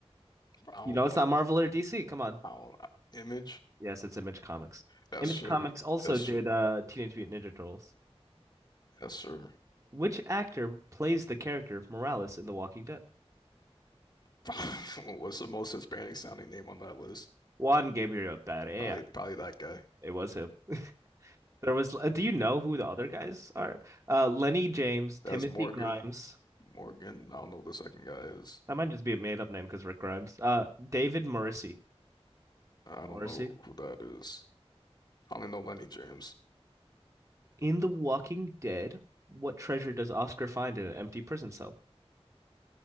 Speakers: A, on the left; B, on the right.
A: I don't
B: You know it's
A: know.
B: not Marvel or DC. Come on.
A: I don't. Image.
B: Yes, it's Image Comics.
A: That's
B: Image
A: sure.
B: Comics also
A: That's
B: did
A: sure.
B: uh, Teenage Mutant Ninja Turtles.
A: That's sure.
B: Which actor plays the character Morales in The Walking Dead?
A: <laughs> What's the most Hispanic sounding name on that list?
B: Juan Gabriel Pereira.
A: Probably, probably that guy.
B: It was him. There was. uh, Do you know who the other guys are? Uh, Lenny James, Timothy
A: That's Morgan.
B: Grimes.
A: Morgan. I don't know who the second guy is.
B: That might just be a made-up name because Rick Grimes. Uh, David Morrissey.
A: I don't
B: Morrissey.
A: know who that is. I only know Lenny James.
B: In The Walking Dead, what treasure does Oscar find in an empty prison cell?